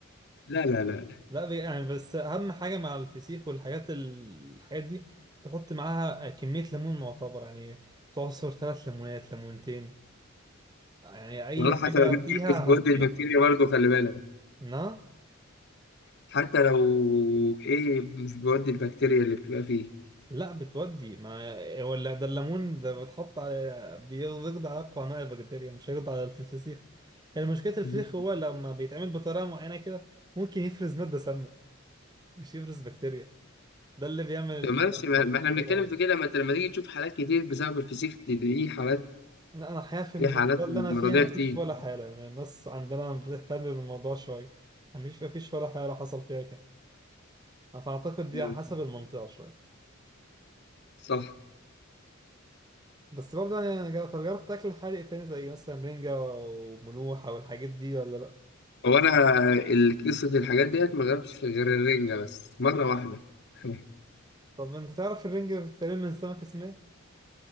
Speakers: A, on the left (about 55°); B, on the right (about 20°).
A: لا لا لا لا.
B: لا بي- يعني بس أهم حاجة مع الفسيخ والحاجات ال- الحاجات دي تحط معاها كمية ليمون معتبر يعني تعصر ثلاث ليمونات ليمونتين يعني أي
A: والله
B: حاجة
A: حتى لو جبت
B: فيها
A: كلمة في جود
B: هتضيع
A: البكتيريا برضه خلي بالك
B: نعم
A: حتى لو ايه مش بيودي البكتيريا اللي بتبقى فيه
B: لا بتودي ما هو اللي ده الليمون ده بتحط على بي- بيقضي على اقوى انواع البكتيريا مش هيقضي على الفسيخ هي مشكله الفسيخ
A: مهم.
B: هو لما بيتعمل بطريقه معينه كده ممكن يفرز ماده سامه مش يفرز بكتيريا ده اللي بيعمل الحالات
A: طب ماشي ما
B: اللي
A: ما احنا
B: بيقولوا
A: بنتكلم
B: عليها
A: في كده ما انت لما تيجي تشوف حالات كتير بسبب الفسيخ تلاقيه حالات
B: لا انا الحقيقه في
A: في
B: المنطقه
A: حالات
B: اللي
A: مرضية
B: انا فيها مفيش
A: كتير
B: ولا حاله يعني الناس عندنا بتهتم بالموضوع شويه مفيش مفيش ولا حاله حصل فيها كده فاعتقد دي
A: مم.
B: على حسب المنطقه شويه
A: صح
B: بس برضه يعني جر- طب جربت تاكل حادق تاني زي مثلا رنجة وملوحة والحاجات دي ولا لأ؟
A: هو انا ال- قصة الحاجات ديت ما جربتش غير الرنجة بس مرة واحدة <laughs>
B: طب انت تعرف الرنج بتتعمل من سمك اسمه ايه؟